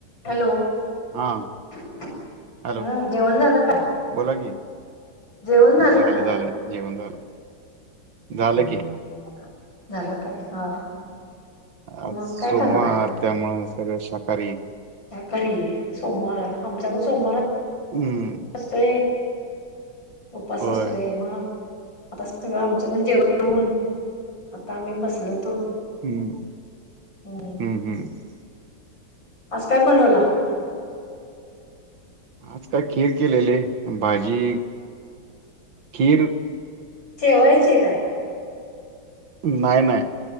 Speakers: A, on the left (about 70°); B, on the right (about 70°).
A: Hello
B: हा
A: हं
B: hello
A: जेवण झालं काय?
B: बोला की
A: जेवण झालं
B: झालंझालं,
A: का
B: जेवण झालं,
A: हम्म
B: झालं, की.
A: झालं काय हा हा!
B: आज
A: मग
B: सोमवर,
A: काय करायलाय
B: त्यामुळ सगळ शाकाहारी
A: शाकारी ये सोमवार आमचा पण सोमवार
B: <inaudible>
A: असतो ये उपास
B: होय
A: असतोय म्हणून. आता सगळं आमचं पण जेवण होऊन, आता आम्ही बसलो होतो.
B: हम्म
A: हूं
B: हम्म हम्म
A: आज काय बनवला?
B: आज काय खीर केलेले, भाजी, खीर
A: चेवायचे का?
B: नाय, नाय,